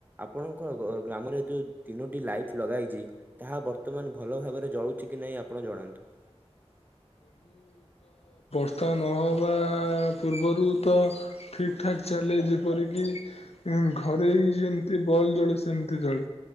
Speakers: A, on the right; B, on the left.
A: ଆପଣଙ୍କ ଗ-ଗ୍ରାମରେ ଯୋଉ ତିନୋଟି ଲାଇଟ ଲଗାହେଇଛି, ତାହା ବର୍ତ୍ତମାନ ଭଲ ଭାବରେ ଜଳୁଚି କି ନାଇଁ ଆପଣ ଜଣାନ୍ତୁ?
B: ହଁ <inaudible> ତ ନହବା ପୂର୍ବରୁ ତ ଠିକ ଠାକ ଚାଲେ ଯେପରିକି, ଉଁ ଘରେଇ ଯେମିତି ବଲ୍ ଜଳେ ସେମତି ଜଳେ।